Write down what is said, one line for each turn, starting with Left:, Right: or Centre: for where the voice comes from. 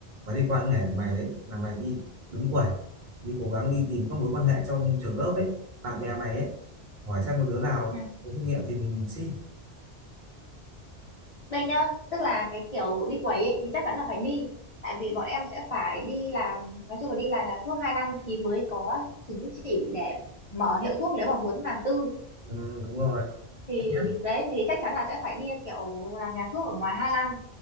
Right: mà liên quan đến nghề của mày đấy là mày đi đứng quầy đi cố gắng đi tìm các mối quan hệ trong trường lớp ấy bạn bè mày ấy hỏi xem một đứa nào
Left: ừ
Right: có kinh nghiệm thì mình xin
Left: đây nhá tức là cái kiểu đi quẩy ấy, thì chắc chắn là phải đi tại vì bọn em sẽ phải đi làm nói chung là đi làm nhà thuốc 2 năm thì mới có chứng chỉ để mở hiệu thuốc nếu mà muốn làm tư
Right: ừ, đúng rồi
Left: thì
Right: chắc nhất.
Left: đấy thì chắc chắn là sẽ phải đi kiểu làm nhà thuốc ở ngoài hai năm